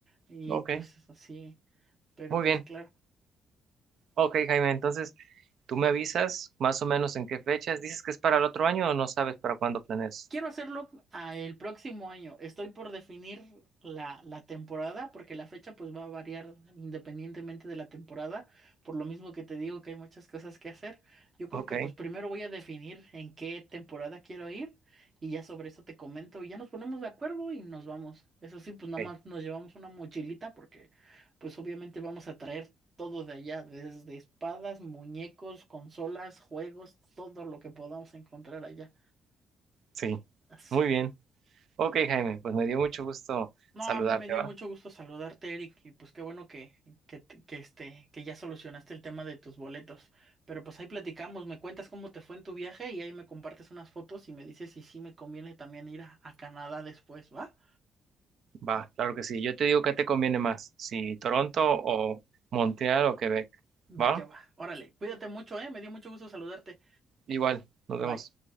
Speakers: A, on the right; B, on the right.
A: Y
B: Ok,
A: pues así, pero
B: muy
A: pues
B: bien.
A: claro.
B: Ok, Jaime, entonces tú me avisas más o menos en qué fechas. ¿Dices que es para el otro año o no sabes para cuándo planeas?
A: Quiero hacerlo a el próximo año. Estoy por definir la, la temporada porque la fecha pues va a variar independientemente de la temporada, por lo mismo que te digo que hay muchas cosas que hacer. Yo creo
B: Ok,
A: que pues primero voy a definir en qué temporada quiero ir y ya sobre eso te comento y ya nos ponemos de acuerdo y nos vamos. Eso sí, pues nada
B: ok,
A: más nos llevamos una mochilita porque pues obviamente vamos a traer todo de allá, desde espadas, muñecos, consolas, juegos, todo lo que podamos encontrar allá.
B: sí,
A: Sí.
B: muy bien. Ok, Jaime, pues me dio mucho gusto
A: No,
B: saludarte,
A: a mí me dio
B: ¿va?
A: mucho gusto saludarte, Eric, y pues qué bueno que, que, te- que, este, que ya solucionaste el tema de tus boletos. Pero pues ahí platicamos, me cuentas cómo te fue en tu viaje y ahí me compartes unas fotos y me dices si sí me conviene también ir a, a Canadá después, ¿va?
B: Va, claro que sí. Yo te digo qué te conviene más, si Toronto o Montreal o Quebec,
A: Va
B: ¿va?
A: que va. Órale, cuídate mucho, ¿eh? Me dio mucho gusto saludarte.
B: Igual, nos vemos.
A: Bye.